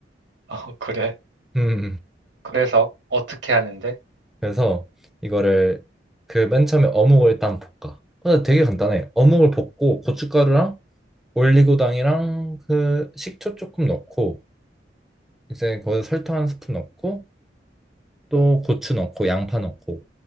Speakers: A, on the right; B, in the centre.
A: 어, 그래.
B: 음 음.
A: 그래서 어떻게 하는데?
B: 그래서 이거를 그 맨 처음에 어묵을 일단 볶아 근데 되게 간단해 어묵을 볶고 고춧가루랑 올리고당이랑 그 식초 조금 넣고 이제 거기에 설탕 한 스푼 넣고 또 고추 넣고 양파 넣고